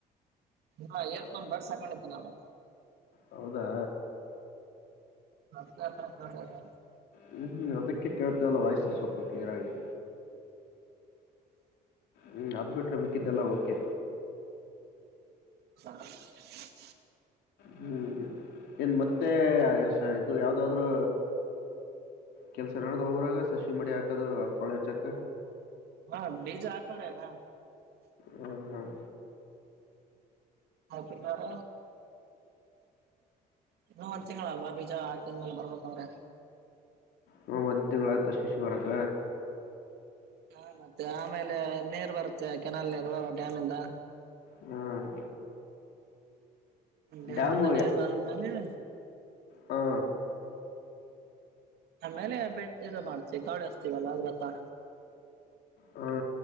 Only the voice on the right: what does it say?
ಹಾ ಏರ್ಫೋನ್ ಬರ್ಸಕೊಂಡಿದ್ದೆ ನಾನು.
<unintelligible>
ಹ <unintelligible>
ಹಾ ಬೀಜ ಆಲ್ಲದಾ
ಹದಿನರ ಇನ್ನು ಒಂದ್ ತಿಂ ಅಲ್ ಬಜಾಕಿದ ಮೇಲೆ ಬರ್ಬೇಕಂದ್ರೆ
ಹಾ ಮತ್ತೆ ಆಮೇಲೆ ನೀರು ಬರುತ್ತೆ ಕೆನಾಲ್ ನೀರು ಡ್ಯಾಮಿಂದ.
ಡ್ಯಾಮೆಲ್ಲ
ನೀರ
ಬಂದ್ಮೇಲೆ.
ಆಮೇಲೆ ಬೆ ಇ ಮಾಡ್ತೀವಿ ಕಾವಳೆಸ್ತೀವಲ್ಲ ಅದ ಗೊತ್ತಾ.